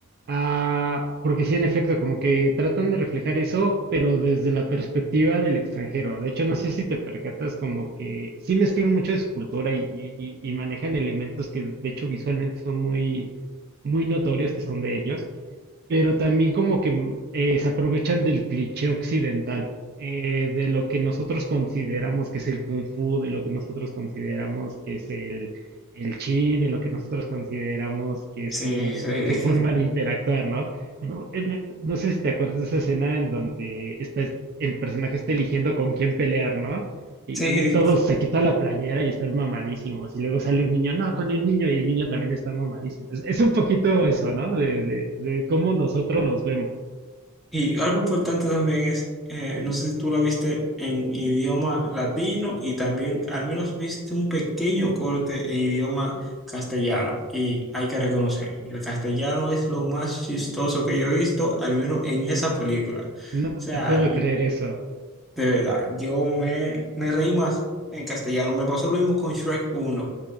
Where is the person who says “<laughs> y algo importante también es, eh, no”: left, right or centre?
Centre